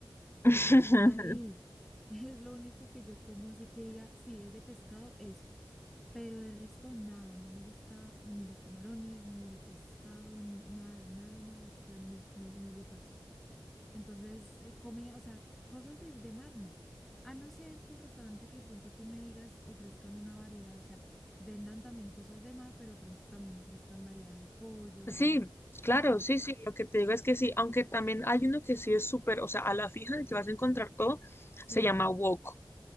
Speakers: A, on the left; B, in the centre.
A: <laughs>
B: Hasta ahí <laughs> es lo único que yo como así que diga, sí, es de pescado, eso. Pero de resto nada, no me gusta ni los camarones, ni el pescado, ni nada, nada, nada de eso, o sea, no, no, no lo paso. Entonces, eh, comida, o sea, cosas de, de mar no. A no ser que el restaurante que de pronto tú me digas ofrezcan una variedad, o sea, vendan también cosas de mar, pero de pronto también ofrezcan variedad de pollos,
A: Sí,
B: de...
A: claro,
B: Ah, ok,
A: sí, sí, lo que te digo es que sí, aunque también hay uno que sí es súper, o sea, a la fija en el que vas a encontrar todo,
B: sí.
A: se llama wok.